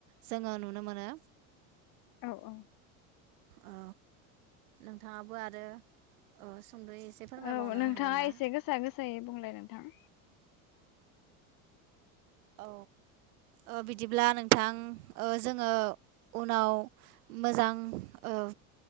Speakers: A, on the right; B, on the left.
A: जोङो नुनो मोनो।
B: औ औ।
A: ओ नोंथाङाबो आरो ओ सुंद'यै एसे फोरमायबावनो
B: औ नोंथाङा
A: हागोन ना
B: एसे गोसा गोसायै बुंलाय नोंथां।
A: औ ओ बिदिब्ला नोंथां ओ जोङो उनाव मोजां ओ